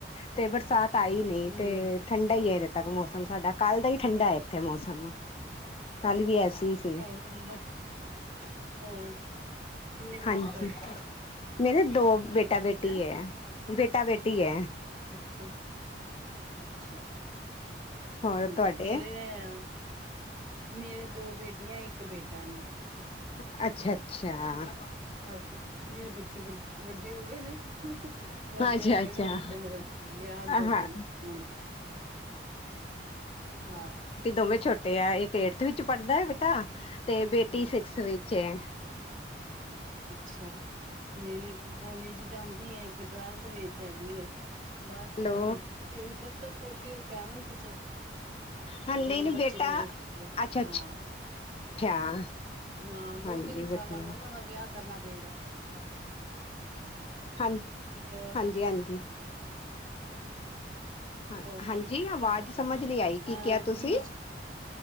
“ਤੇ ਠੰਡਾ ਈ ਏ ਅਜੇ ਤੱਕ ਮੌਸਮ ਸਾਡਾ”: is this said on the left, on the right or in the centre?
Left